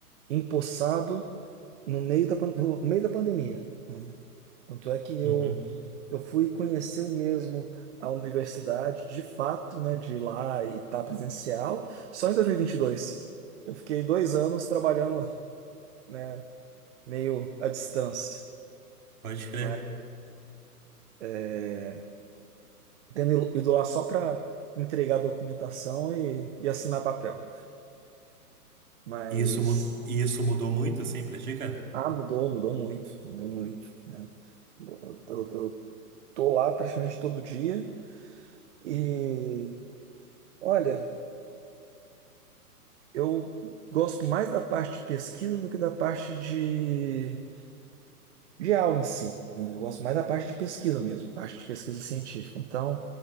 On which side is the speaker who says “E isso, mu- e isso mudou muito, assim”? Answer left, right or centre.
Right